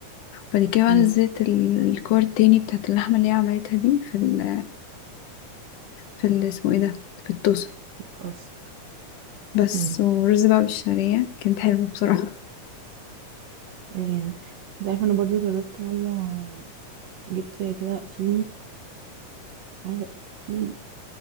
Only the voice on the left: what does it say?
بعد كده بقى
نزلت ال- الكور التاني بتاعة اللحمة اللي هي عملتها دي في ال في ال اسمه ايه ده في الطاسة
بس
ورز بقى بالشعرية كانت حلوة بصراحة